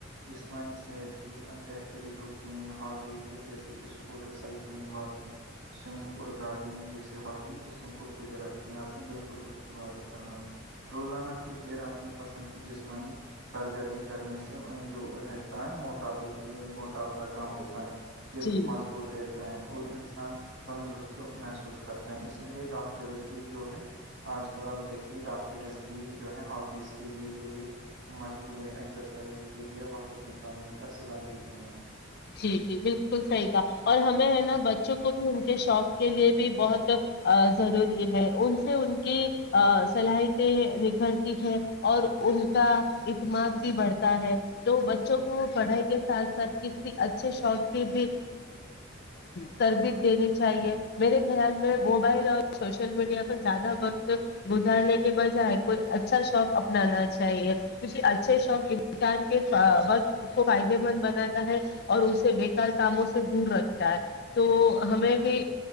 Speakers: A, on the right; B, on the left.
A: جسمانی صحت کی بہتری ہو تین ہابیز سے جیسے کہ سپوٹو سائیکل لنگ باکنگ سوئمنگ اور گارڈننگ جیسسی ہابی جسم کو فٹ رکھتی ہیں آپ نے بالکل درست فرمائی روزانہ کچھ دیر اپنی پسند کی جسمانی سرگرمی کرنے سے جو رہتا ہے موٹاپے موٹاپا کام ہوتا ہے دل
B: جی
A: مضبوط رہتا تا ہے اور انسان تندرست محسوس کرتا ہے اسی لیے ڈاکٹرز بھی جو ہے آج کل آپ دیکھییںے ڈاکٹرس بھی جو ہے ہبیز کے لیے جو یہ مشغول ایکسرسائز کے لیے وقت نکالنے کا صلاح دیتی ہیں
B: جی جی بالکل صحیح کا اور ہمیں ہے نا بچوں کو بھی ان کے شوق کے لیے بھی بہت ضروری ہے ان سے ان کی صلاحیتیں نکھرتی ہے اور ان کا اعتماد بھی بڑھتا ہے تو بچوں کو پڑھائی کے ساتھ ساتھ کس اچھے شوق کے بھی تربیت دینی چاہیے میرے خیال میں موبائل اور سوشل میڈیا پر زیادہ وقت گزارنے کے بجائے کوئی اچھا شوق اپنانا چاہیے کیونکہ اچھے شوق انسان کے وقت کو فائدے مند بناتا ہے اور اسے بےیکار کاموں سے دور رکھتا ہے تو ہمیں بھی